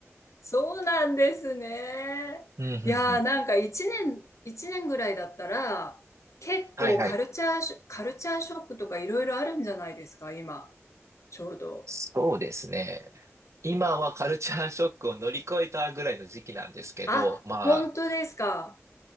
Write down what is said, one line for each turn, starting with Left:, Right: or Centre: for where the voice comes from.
Left: そうなんですね。
Right: <laughs> うん、うん、
Left: いやー、
Right: うん。
Left: なんか一年、一年ぐらいだったら、結構カルチャーショ、
Right: はいはい。
Left: カルチャーショックとかいろいろあるんじゃないですか、今、ちょうど。
Right: そうですね。今はカルチャーショックを乗り越えたぐらいの時期なんですけど、
Left: あ、
Right: ま
Left: 本当ですか。